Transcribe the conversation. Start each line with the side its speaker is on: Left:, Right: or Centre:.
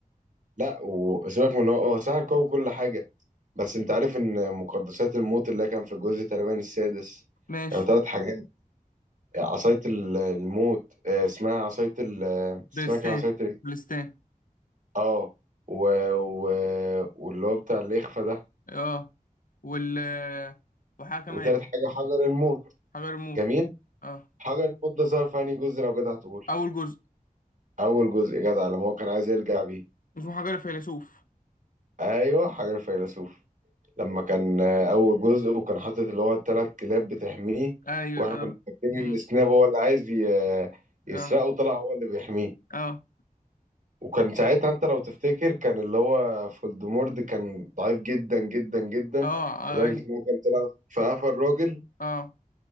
Right: لا وسيبك من إن هو هو سحر قوي وكل حاجه بس انت عارف ان مقدسات الموت اللي كان في الجزء تقريبا السادس
Left: ماشي
Right: كانوا ثلاث حاجات عصاية ال- الموت آه، اسمها عصاية ال آه، اسمها
Left: درستان
Right: كان عصاية ايه؟
Left: درستان
Right: اه و... و... واللي هو بتاع الإخفاء ده
Left: اه وال آه، وحاجة كمان
Right: وتالت حاجة حجر الموت
Left: حجر الموت
Right: جميل
Left: اه
Right: حجر الموت ده ظهر في أنهي جزء لو جدع تقول
Left: أول جزء
Right: أول جزء يا جدع لما هو كان عايز يرجع بيه
Left: اسمه حجر الفيلسوف
Right: أيوه حجر الفيلسوف لما كان آه، أول جزء وكان حاطط اللي هو التلات كلاب بتحميه
Left: أيوه
Right: وإحنا
Left: اه
Right: كنا فاكرين إن
Left: أمم.
Right: سناب هو اللي عايز ي... يسرقه
Left: اه
Right: طلع هو اللي بيحميه
Left: اه
Right: وكان ساعتها انت لو تفتكر كان اللي هو فولدمورد كان ضعيف جدا جدا جدا
Left: اه آه،
Right: لدرجة
Left: أيوه
Right: ان هو كان طلع في قفا الراجل
Left: اه